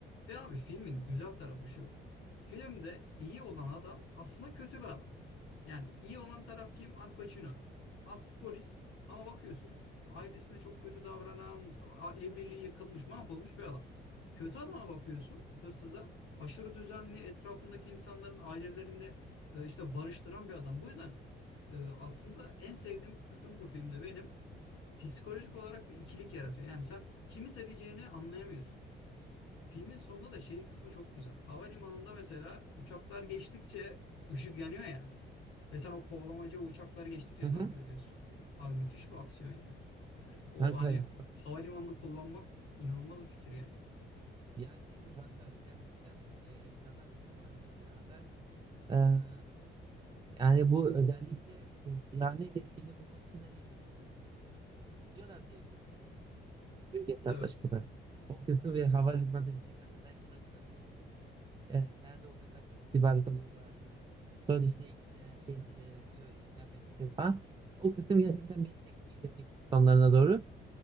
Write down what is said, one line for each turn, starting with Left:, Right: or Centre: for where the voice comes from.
Left: Ve abi filmin güzel tarafı şu. Filmde iyi olan adam aslında kötü bir adam. Yani iyi olan taraf kim? Al Pacino. As polis ama bakıyorsun ailesine çok kötü davranan, a- evliliği yıkılmış, mahvolmuş bir adam. Kötü adama bakıyorsun, hırsıza. Aşırı düzenli, etrafındaki insanların ailelerini e, işte barıştıran bir adam. Bu yüzden e, aslında en sevdiğim kısım bu filmde benim psikolojik olarak bir ikilik yaratıyor. Yani sen kimi seveceğini anlayamıyorsun. Filmin sonunda da şey kısmı çok güzel. Havalimanında mesela uçaklar geçtikçe ışık yanıyor ya. Ve sen o kovalamaca uçaklar geçtikçe
Right: hı
Left: takip
Right: hı.
Left: ediyorsun. Abi müthiş bir aksiyon ya. Yani o
Right: Kanka
Left: hani
Right: ya.
Left: havalimanını kullanmak inanılmaz bir fikir yani.
Right: Yani kanka gerçekten e, efsane aksiyon vermiş ya. Ben eee, yani bu özellikle e, ihanet ettiğini bulmak için hani e, diyorlar diye üzerine büyük hesaplaşmalar.
Left: Evet.
Right: O kısım ve havalimanına giden gerçekten buranın e, nerede olduğuna dair istihbarat alıyorlar. Sonra işte e, şey e, diyor idam ettiriyor falan. O kısım gerçekten beni çekmişti film sonlarına doğru.